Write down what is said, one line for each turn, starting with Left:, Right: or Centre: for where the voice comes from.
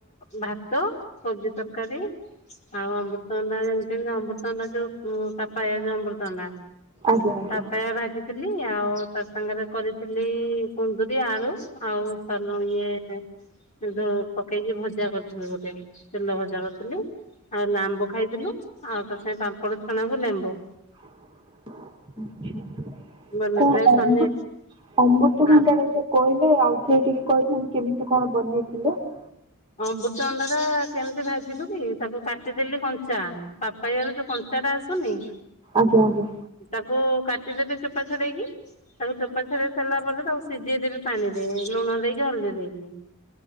Left: ଭାତ, କୋବି ତରକାରୀ। ଆଉ ଅମୃତଣ୍ଡା ଜାଣିଛନ୍ତି। ଅମୃତଣ୍ଡା ଯୋଉ ପାପାୟା ଯଉ ଅମୃତଣ୍ଡା।
Right: ଆଜ୍ଞା ଆଜ୍ଞା
Left: ପାପେୟା ଭାଜି ଥିଲି ଆଉ ତା ସାଙ୍ଗରେ କରିଥିଲି କୁନ୍ଦୁରି ଆଳୁ ଆଉ <unintelligible> ଇଏ। ଦୋ ପକେଇକି ଭଜା କରୁଥିଲି ଗୋଟେ ତେଲ ଭଜା କରୁଥିଲି। ଆଉ ନାମ୍ବ ଖାଇଥିଲୁ ଆଉ ତା ସାଙ୍ଗ ପାମ୍ପଡ଼ ଛଣାକୁ ଲେମ୍ବୁ।
Right: ଆଛା <unintelligible> ଅମୃତଭଣ୍ଡା ଟା ଯୋ
Left: ମାନେ
Right: ଉ
Left: ପ୍ରାୟ ସନେ
Right: କହିଲେ ଆଉ ଆଉ
Left: ଆ
Right: ଥରେ ଟିକେ କହିଥାନେ କେମିତି କଣ ବନେଇଥିଲେ?
Left: ଅମବୃତଚ ଅଣ୍ଡା ଟା କେମିତି ଭାଜିଲୁ କି ତାକୁ କାଟିଦେଲି କଞ୍ଚା। ପା ପାଇଆରେ ଯୋଉ କଞ୍ଚାଟା ଆସୁନି?
Right: ଆଜ୍ଞା ଆଜ୍ଞା।
Left: ତାକୁ କାଟିଦେବେ ଚୋପା ଛଡେଇକି। ତାକୁ ଚୋପା ଛଡେଇ ସରିଲା ପରେ ତାକୁ ସିଝେଇଦବେ ପାଣି ରେ ଲୁଣ ଦେଇକି ହଳଦୀ ଦେଇକି।